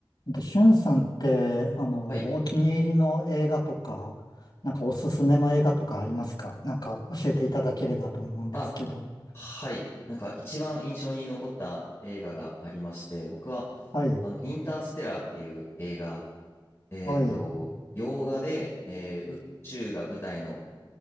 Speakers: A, on the left; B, on the left.
A: で、しゅんさんって、あの、
B: はい。
A: お気に入りの映画とか、なんかおすすめの映画とかありますかなんか教えていただければと思うんですけど。
B: あ、はい。なんか一番印象に残った映画がありまして、僕は、
A: はい、
B: あの、インターステラーっていう映画、えっと、
A: はい、
B: 洋画で、えー宇宙が舞台の、